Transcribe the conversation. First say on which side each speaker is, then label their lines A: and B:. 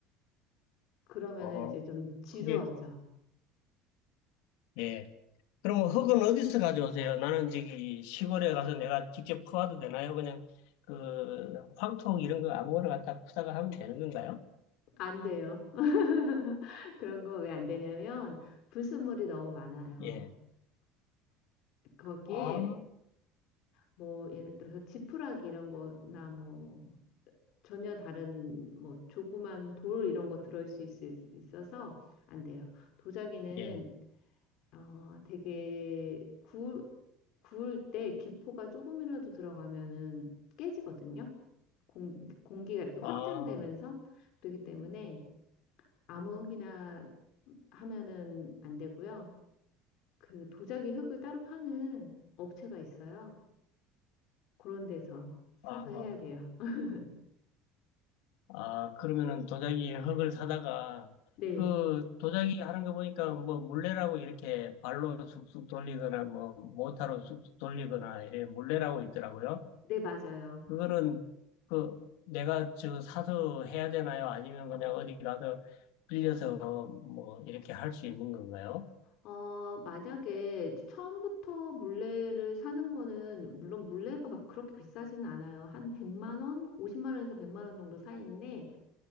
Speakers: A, on the left; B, on the left.
A: 그러면은
B: 어,
A: 이제 좀 지루하죠.
B: 그게, 예. 그럼 흙은 어디서 가져오세요? 나는 저기 시골에 가서 내가 직접 퍼와도 되나요? 그냥 그 황토 이런 거 아무거나 갖다 푸다가 하면 되는 건가요?
A: 안 돼요. <laughs> 그런 거 왜 안 되냐면 불순물이 너무 많아요.
B: 예.
A: 거기에
B: 아,
A: 뭐 예를 들어서 지푸라기 이런 거나 뭐 전혀 다른 뭐 조그만 돌 이런 거 들어올 수 있, 있어서 안 돼요. 도자기는
B: 예.
A: 어 되게 구, 구울 때 기포가 조금이라도 들어가면은 깨지거든요. 공, 공기가 이렇게 확장되면서
B: 아,
A: 그렇기 때문에 아무거나 하면은 안 되고요. 그 도자기 흙을 따로 파는 업체가 있어요. 그런 데서 사서
B: 아,
A: 해야
B: 아.
A: 돼요. <laughs>
B: 아, 그러면은 도자기 흙을 사다가
A: 네,
B: 그 도자기 하는 거 보니까 뭐 물레라고 이렇게 발로 쑥쑥 돌리거나 뭐 모타로 쑥쑥 돌리거나 이래 물레라고 있더라고요.
A: 네, 맞아요.
B: 그거는 그 내가 저 사서 해야 되나요? 아니면 그냥 어디 가서 빌려서 뭐 이렇게 할 수 있는 건가요?
A: 어, 만약에 처음부터 물레를 사는 거는, 물론 물레가 막 그렇게 비싸지는 않아요. 한 100만 원? 50만 원에서 100만 원 정도 사이인데,